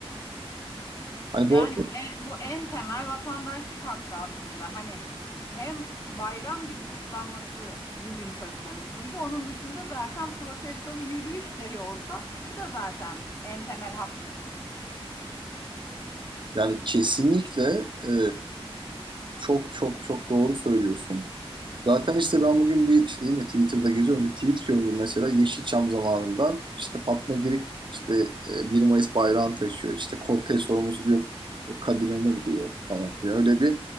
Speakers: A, on the right (about 50°); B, on the left (about 35°).
A: Hani
B: Yani
A: bu
B: bu en, bu en temel vatandaşlık hakkı aslında. Hani hem bayram gibi kutlanması bugün söz konusuydu. Onun dışında zaten protesto ve yürüyüş dahi olsa bu da zaten en temel hak.
A: Yani kesinlikle e, çok çok çok doğru söylüyorsun. Zaten işte ben bugün bir işte değil mi Twitter'da geziyorum bir tweet gördüm mesela Yeşilçam zamanından işte Fatma Girik işte e, 1 Mayıs bayrağını taşıyor işte Kortej sorumlusu diyor e, Kadir Anır diyor falan. Yani öyle bir